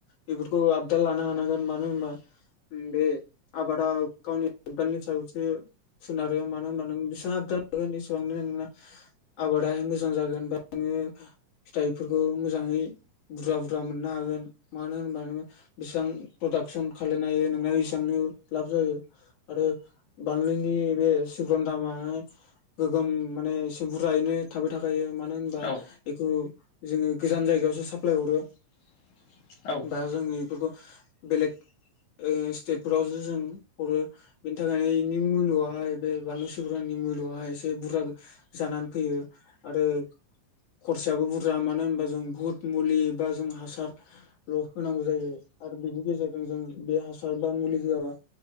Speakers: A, on the left (about 60°); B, on the left (about 75°).
A: बेफोरखौ आबदाल लानो हानांगोन मानो होनबा बे आबादा गावनि आबदालनि सायावसो सोनारो मानो होनबा नों बेसेबां आबदाल लागोन एसेबांनो आबादाय मोजां जागोन बा नोङो फिथाइफोरखौ मोजाङै बुरजा बुरजा मोननो हागोन मानो होनबा नोङो बेसेबां प्रडाक्सन खालायनो हायो नोंना एसबांनो लाब जायो आरो बानलिनि बे सिब्रन दामाहाय गोग्गोम माने एसे बुरजायैनो थाबाय थाखायो मानो होनबा
B: औ
A: बेखौ जोङो गोजान जायगायावसो साप्लाय हरो
B: <inaudible> औ
A: बा जोंनि बेफोरखौ बेलेग ओ स्टेफोराव जो जों हरो बेनि थाखायनो इनि मुलुआहाय बे बानलु सिगुरानि मुलुआहाय एसे बुरजा जानान फैयो आरो खरसायाबो बुरजा मानो होनबा जों भुत मुलि बा जों हासारल' होनांगौ जायो आरो बिनि गेजेरजों जों बे हासार बा मुलि होआबा